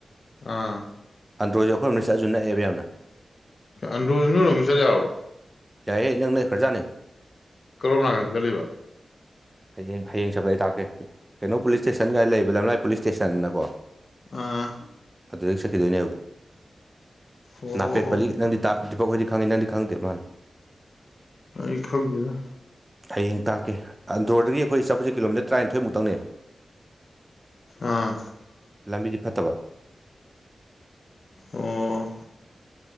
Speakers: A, on the left; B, on the right.
A: ꯑꯥ꯫
B: ꯑꯟꯗ꯭ꯔꯣꯖꯦ ꯑꯩꯈꯣꯏꯑꯣꯝꯗꯒꯤ ꯆꯑꯖꯨ ꯅꯛꯑꯦꯕ ꯌꯥꯝꯅ꯫
A: ꯑꯟꯗ꯭ꯔꯣꯖꯦ ꯅꯣꯏꯔꯣꯝꯗꯒꯤ ꯆꯥꯠ ꯌꯥꯕ꯭ꯔꯣ꯫
B: ꯌꯥꯏꯑꯦ ꯏꯅꯛ ꯅꯈ꯭ꯔꯖꯥꯅꯦ꯫
A: ꯀꯔꯣꯝꯅꯥꯀꯗ ꯆꯠꯂꯤꯕ꯫
B: ꯍꯌꯦꯡ ꯍꯌꯦꯡ ꯆꯠꯄꯗ ꯑꯩ ꯇꯥꯛꯀꯦ ꯀꯩꯅꯣ ꯄꯨꯂꯤꯁ ꯏꯁꯇꯦꯁꯟꯒꯥꯏ ꯂꯩꯕ ꯂꯝꯂꯥꯏ ꯄꯨꯂꯤꯁ ꯏꯁꯇꯦꯁꯟꯅꯀꯣ꯫
A: ꯑꯥ
B: ꯑꯗꯨꯗꯒꯤ ꯆꯠꯈꯤꯗꯣꯏꯅꯦ
A: ꯑꯣ
B: ꯅꯥꯄꯦꯠ
A: ꯑꯣ
B: ꯄꯜꯂꯤ ꯅꯪꯗꯤ ꯇꯥ __ ꯑꯈꯣꯏꯗꯤ ꯈꯪꯉꯦ ꯅꯪꯗꯤ ꯈꯗꯦ ꯃꯥꯜꯂꯦ꯫
A: ꯑꯩ ꯈꯪꯗꯦꯗꯥ
B: ꯍꯌꯦꯡ ꯇꯥꯛꯀꯦ ꯑꯟꯗ꯭ꯔꯣꯗꯒꯤ ꯑꯩꯈꯣꯏ ꯆꯠꯄꯁꯦ ꯀꯤꯂꯣꯃꯤꯇꯔ ꯇ꯭ꯔꯥꯏꯊꯣꯏꯃꯨꯛꯇꯪꯅꯦ
A: ꯑꯥ
B: ꯂꯝꯕꯤꯗꯤ ꯐꯠꯇꯕ
A: ꯑꯣ